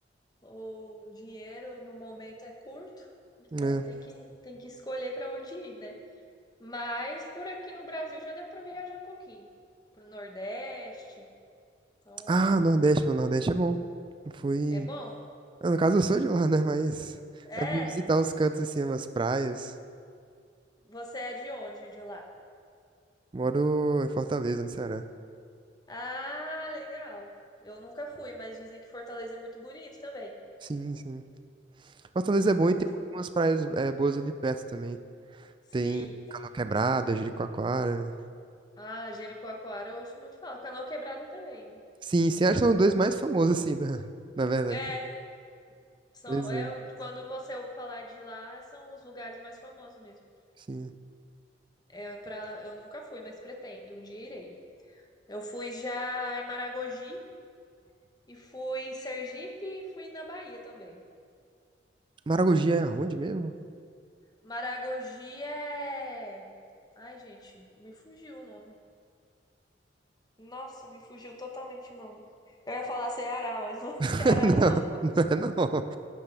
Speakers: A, on the left; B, on the right.
A: O dinheiro no momento é curto, então
B: né?
A: tem que tem que escolher para onde ir, né? Mas por aqui no Brasil já deu para viajar um pouquinho pro Nordeste. Então,
B: Ah, Nordeste, pô, Nordeste é bom. Eu Fui.
A: é bom.
B: ah, no caso, eu sou de lá, né? Mas
A: É,
B: é pra visitar uns cantos, assim, umas praias.
A: você é de onde de lá?
B: Moro em Fortaleza, no Ceará.
A: Ah, legal. Eu nunca fui, mas dizem que Fortaleza é muito bonito também.
B: Sim, sim. Fortaleza é bom
A: Hum.
B: e tem umas praias é, boas ali perto também.
A: Sim.
B: Tem Canoa Quebrada, Jericoacoara.
A: Ah, Jericoacoara eu ouço muito falar. Canoa Quebrada também, né?
B: Sim, sim, acho que são os dois mais famosos, assim, <laughs> na, na verdade.
A: É, são,
B: Pois
A: é,
B: é,
A: quando você ouve falar de lá, são os lugares mais famosos mesmo.
B: sim.
A: Eu, pra, eu nunca fui, mas pretendo, um dia irei. Eu fui já em Maragogi e fui em Sergipe e fui na Bahia também.
B: Maragogi é aonde mesmo?
A: Maragogi é. Ai, gente, me fugiu o nome. Nossa, me fugiu totalmente o nome. Eu ia falar Ceará, mas não é <laughs>
B: <laughs>
A: Ceará,
B: Não,
A: não.
B: não é não.